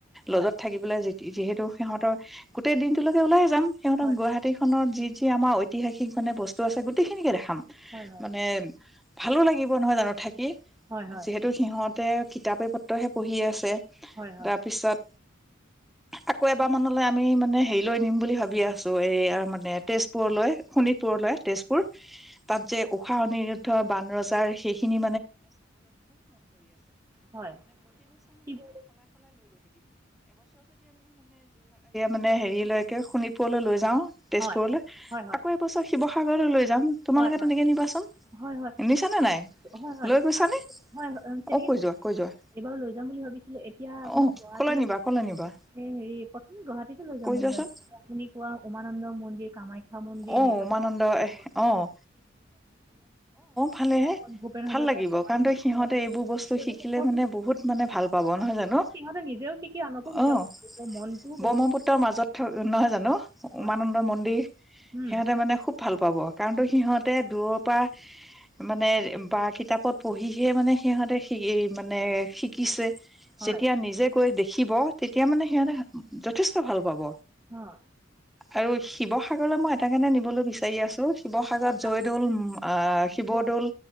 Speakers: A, on the right; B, in the centre.
A: হয়
B: লজত থাকিবলৈ যি যিহেতু সিহঁতৰ গোটেই দিনটোলৈকে ওলাই যাম। সিহঁতক
A: হয়
B: গুৱাহাটী খনৰ যি যি আম ঐতিহাসিক মানে বস্তু আছে গোটেইখিনিকে দেখা
A: হয় হয়
B: মানে ভালো লাগিব নহয় জানো থাকি।
A: হয়
B: যিহেতু সিহঁত তেওঁ কিতাপে পত্ৰহে পঢ়ি আছে।
A: হয় হয় হয়
B: তাৰপিছত আকৌ এবাৰ, মানলৈ আমি মানে হেৰি লৈ নিম বুলি ভাবি আছো, এইয়ে মানে টেষ্ট ৰ, শোণিতপুৰলৈ তেজপুৰ, তাত যে খাওঁ নি ধ বান ৰজাৰ, সেইখিনি
A: হয় শিৱ-
B: মান ওপৰলৈ লৈ যাওঁ। তেজপুৰলৈ
A: হয় হয় হয়
B: আকৌ, এবছৰ শিৱ সাগৰলৈ লৈ যাম তোমালোকে
A: হয়,
B: তেনেকে নিবাচোন
A: হয়, হয়,
B: নিছানে নাই
A: হয়,
B: লৈ গৈছানে
A: হয় হয়নেকে
B: অ কৈ যোৱা কৈ যোৱা
A: এইবাৰ লৈ যাম বুলি ভাবিছিলো, এতিয়া আপোনাৰ
B: অ
A: গুৱাহাটীহে
B: কলৈ নিবা কলৈ নিবা
A: প্ৰথম গুৱাহাটীত লৈ যাম
B: কৈ
A: বুলি
B: যোৱাচোন
A: ভাবিছিলো, আপুনি কোৱা উমানন্দ মন্দিৰ কামাখ্যা <unintelligible> মন্দিৰ
B: অ
A: নিলাচল
B: উমানন্দ
A: পা
B: অ', ভালেহে
A: ভূপেন
B: ভাল
A: হাজৰিকাৰ
B: লাগিব
A: সমাধি
B: কাৰণ তই
A: স্থল
B: সিহঁতে, এইবোৰ বস্তু
A: সেইবোৰ
B: শিকিলে
A: দেখুৱাম
B: মানে,
A: বুলি
B: বহুত মানে ভাল পাব নহয় জানো?
A: সিহঁতে নিজেও শিকি আনকো শিকাব
B: অ',
A: পাৰিব মনটোও বহুত
B: ব্ৰহ্মপুত্ৰৰ মাজত থ নহয় জানো
A: হয়
B: উমানন্দ মন্দিৰ।
A: উম
B: সিহঁতে মানে, খুব ভাল পাব। হ'ব, কাৰণ তো সিহঁতে দূৰৰ পৰা মানে, বা কিতাপত পঢ়িহে মানে সিহঁতে, শ মানে শিকিছে।
A: হয়
B: যেতিয়া নিজে গৈ দেখি শিৱ, তেতিয়া মানে সিহঁতে যথেষ্ট ভাল পাব।
A: অ'।
B: আৰু শিৱ সাগৰলৈ, মই এটা কেৰনে নিবলৈ বিচাৰি আছো টো, শিৱসাগৰত
A: ৰংঘৰ
B: জয়দৌল, আ,
A: কাৰেংঘৰ
B: শিৱদ'ল,